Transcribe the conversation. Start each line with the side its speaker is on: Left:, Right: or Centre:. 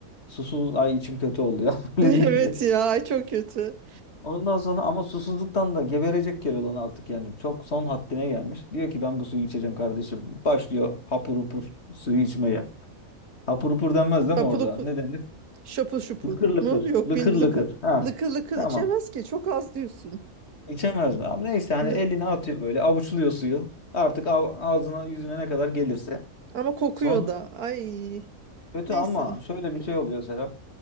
Left: susuz ay içim kötü oluyor <laughs> öyle
Right: Evet
Left: deyince.
Right: ya ay çok kötü.
Left: Ondan sonra ama susuzluktan da geberecek Keloğlan artık yani çok son haddine gelmiş. Diyor ki ben bu suyu içeceğim kardeşim. Başlıyor hapur hupur suyu içmeye. Hapur hupur denmez değil
Right: Hapur
Left: mi orada?
Right: hapur.
Left: Ne denir?
Right: Şapıl şupul
Left: Lıkır lıkır.
Right: mu? Yok
Left: Lıkır
Right: bir lıkır
Left: lıkır. Ha.
Right: lıkır lıkır
Left: Tamam.
Right: içemez ki. Çok az diyorsun.
Left: İçemez mi? Ama neyse hani
Right: Lı-
Left: elini atıyor böyle avuçluyor suyu. Artık av- ağzına yüzüne ne kadar gelirse.
Right: Ama kokuyor
Left: Sonra
Right: da. Ay.
Left: kötü
Right: Neyse.
Left: ama şöyle
Right: Gö-
Left: bir şey oluyor Serap.